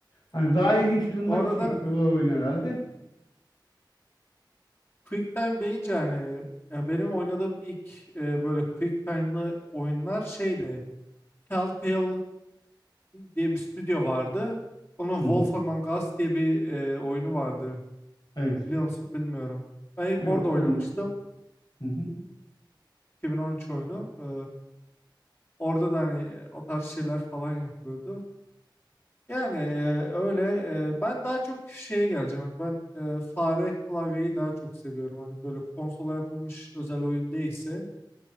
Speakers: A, on the left; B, on the left.
A: Hani daha ilginç kılmak
B: Bu arada
A: için yapıyorlar oyun herhalde.
B: Quick Time deyince hani ya benim oynadığım ilk e, böyle Quick Time'lı oyunlar şeydi. Telltale diye bir stüdyo vardı. Onun
A: Hı
B: Wolf
A: hı.
B: Among Us diye bir e, oyunu vardı.
A: Evet.
B: Biliyor musun? Bilmiyorum. Ben ilk
A: Yok
B: orada oynamıştım.
A: duymadım. Hı hı.
B: 2013 oyunu. Ee, Orada da hani o tarz şeyler falan yapılıyordu. Yani e, öyle e, ben daha çok şeye geleceğim. Hani ben e, fare klavyeyi daha çok seviyorum. Hani böyle konsola yapılmış özel oyun değilse